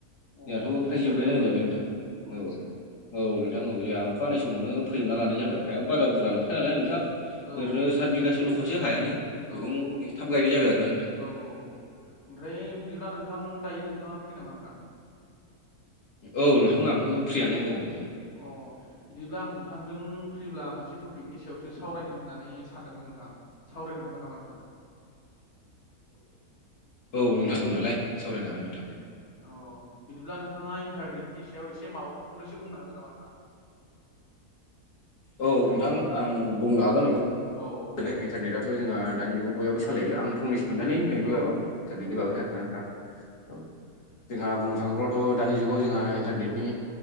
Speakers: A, on the left; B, on the left.
A: अ
B: जोंहाथ'
A: बिदिसो
B: फ्राय जोब्बायानो
A: आरो ना होमबा
B: होनजाबाय नोंथां
A: उम
B: औ औ
A: उम उम
B: नोंथां औ जोंहा अखा
A: औ
B: हानाय समावनो फोजोबना लानाय जाबाय हायाबो बारा बुरजा नंखाय नालाय नोंथां ओरैनो
A: औ औ
B: सात बिगासो ल'खासो हायानो
A: औ
B: बेखौ
A: औ
B: थाब गायनाय जाबाय आरोना नोंथां
A: औ औ औ ओमफ्राय बिदिब्ला नोंथां दायो नोंथाङा फ्रि नामा नोंथां
B: औ नोंथां आंथ' फ्रियानो औ नोंथां
A: अ बिदिब्ला आं नोंथांजों फ्रिब्ला मोनसे ट पिकनि सायावसो सावरायनो होननानै सानदोंमोन नोंथां सावरायनो हागोन नामा नोंथां औ <unintelligible>
B: औ नोंथां दं नालाय सावरायनो हागोन नोंथां
A: अ बिदिब्ला नोंथाङा इन्टारनेटनि सायाव एसे माबाफोर फंनैसो बुंनो हागोन नामा नोंथां
B: औ नोंथां आं बुंनो हागोन नोंथां
A: औ
B: इन्टारनेटआथ' जों दानि जुगाव बयहाबो सालायो आं फंनैसो खोनथानै होनि बिनि
A: औ
B: बागाव बिनि बागै आरो ना नोंथां औ जोंहा बुंनो थाङोब्लाथ' दानि जुगाव जोंहा इन्टारनेटनि